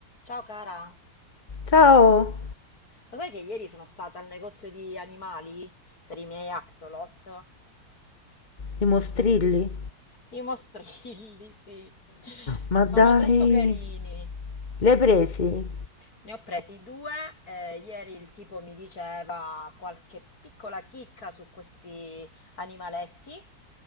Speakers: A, on the left; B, on the left.
A: Ciao cara,
B: Ciao,
A: lo sai che ieri sono stata al negozio di animali per i miei axolot?
B: i mostrilli?
A: I mostrilli, <laughs> sì,
B: Ma
A: sono
B: dai,
A: troppo carini.
B: l'hai presi?
A: Ne ho presi due, eh, ieri il tipo mi diceva qualche piccola chicca su questi animaletti,